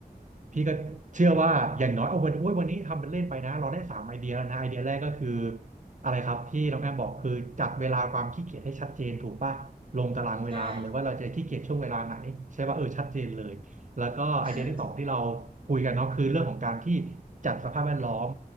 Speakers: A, on the right (about 50°); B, on the right (about 30°).
A: พี่ก็เชื่อว่าอย่างน้อยเอาวันโอ้ยวันนี้ทำเป็นเล่นไปนะเราได้สามไอเดียแล้วนะไอเดียแรกก็คืออะไรครับที่น้องแอมบอกคือจัดเวลาความขี้เกียจให้ชัดเจนถูกป่ะลงตารางเวลามาเลยว่าเราจะขี้เกียจช่วงเวลาไหนใช่ป่ะเออชัดเจนเลยแล้วก็ไอเดียที่สองที่เรา
B: ใช่ใช่ค่ะ <laughs>
A: คุยกันเนาะคือเรื่องของการที่จัดสภาพแวดล้อม